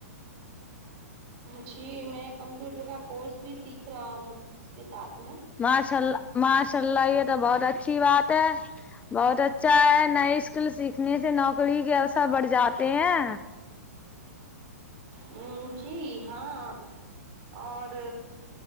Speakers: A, on the right (about 45°); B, on the left (about 15°).
A: جی میں کمپیوٹر کا کورس بھی سیکھ رہا ہوں اس کے ساتھ میں
B: ماشاء اللہ ماشاء اللہ یہ تو بہت اچھی بات ہے بہت اچھا ہے نئے اسکل سیکھنے سے نوکری کے اوسر بڑھ جاتے ہیں
A: ہ جی ہاں اور